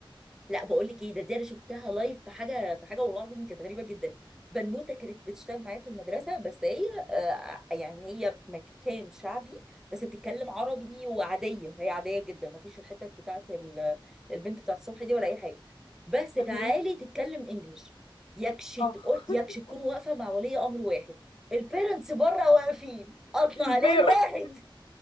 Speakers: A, in the centre; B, on the left.
A: لا بقول لك ايه ده دي انا شفتها لايف في حاجه في حاجه والله العظيم كانت غريبه جدا بنوته كانت بتشتغل معايا في المدرسه بس هي آه يعني هي في مكان شعبي بس بتتكلم عربي وعاديه هي عاديه جدا ما فيش الحته بتاعت ال- البنت بتاعت الصبح دي ولا اي حاجه بس تعالي
B: تمام
A: تتكلم انجلش يكش تقول
B: اخ
A: يكش
B: <laughs>
A: تكون واقفه مع ولي امر واحد البيرنتس بره واقفين اطلع
B: البير
A: عليه واحد